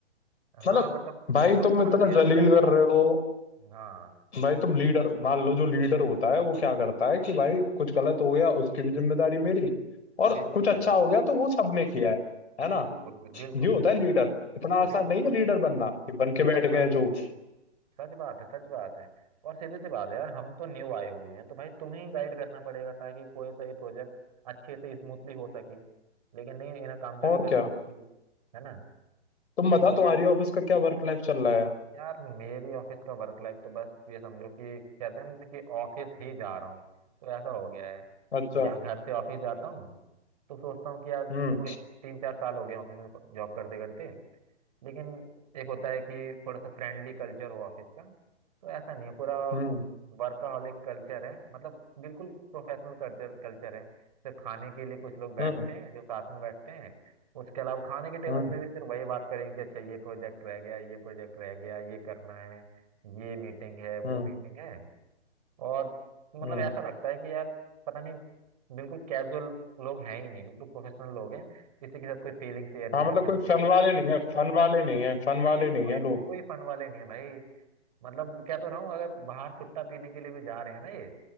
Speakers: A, on the right; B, on the left.
A: हाँ
B: मतलब
A: मतलब
B: भाई
A: गुस्सा
B: तुम इतना
A: आती है यार
B: जलील
A: फिर ऐसी
B: कर
A: बात
B: रहे हो
A: हाँ
B: भाई तुम लीडर मान लो जो लीडर होता है वो क्या करता है कि भाई कुछ गलत हो गया उसकी भी जिम्मेदारी मेरी और
A: बिल्कुल
B: कुछ अच्छा
A: बिल्कुल
B: हो गया तो वो सबने किया है है ना
A: बिल्कुल बिल्कुल
B: ये होता
A: बिल्कुल
B: है लीडर इतना आसान
A: बिल्कुल
B: नहीं है लीडर बनना कि बन के
A: नहीं
B: बैठ
A: सच
B: गए
A: बात
B: हैं जो
A: सच बात है सच बात है और सीधी सी बात है यार हम तो न्यू आए हुए हैं तो भाई तुम्हें ही गाइड करना पड़ेगा ताकि कोई सा ये प्रोजेक्ट अच्छे से स्मूथली हो सके लेकिन नहीं इन्हें कामचोरी
B: और
A: करनी
B: क्या
A: होती है है ना तो
B: तुम बताओ तुम्हारी ऑफिस का क्या वर्क लाइफ चल रहा है
A: यार मेरी ऑफिस का वर्क लाइफ तो बस ये समझो कि कहते हैं ना जैसे कि ऑफिस ही जा रहा हूँ तो ऐसा हो गया है
B: अच्छा
A: यहाँ घर से ऑफिस जाता हूँ तो सोचता हूँ कि यार
B: हम्म
A: देखो ये तीन चार साल हो गए ऑफिस में जॉब करते करते लेकिन एक होता है कि थोड़ा सा फ्रेंडली कल्चर हो ऑफिस का तो ऐसा नहीं है पूरा
B: हम्म
A: वर्कaholic कल्चर है मतलब बिल्कुल प्रोफेशनल कल्चर कल्चर है सिर्फ खाने के लिए कुछ लोग बैठते
B: हम्म
A: हैं जो साथ में बैठते हैं उसके अलावा खाने के टेबल
B: हम्म
A: पे भी सिर्फ वही बात करेंगे कि अच्छा ये प्रोजेक्ट रह गया ये प्रोजेक्ट रह गया ये करना है ये मीटिंग है वो
B: हम्म
A: मीटिंग है और मतलब
B: हम्म
A: ऐसा लगता है कि यार पता नहीं बिल्कुल कैजुअल लोग हैं ही नहीं बिल्कुल प्रोफेशनल लोग हैं किसी के साथ कोई फीलिंग शेयर नहीं
B: हाँ मतलब
A: कर सकते
B: कोई फन वाले नहीं है फन वाले नहीं है फन
A: नहीं
B: वाले
A: नहीं
B: नहीं
A: कोई
B: है
A: कोई
B: लोग
A: फन वाले नहीं है भाई मतलब क्या तो रहा हूँ अगर बाहर सुट्टा पीने के लिए भी जा रहे हैं ना ये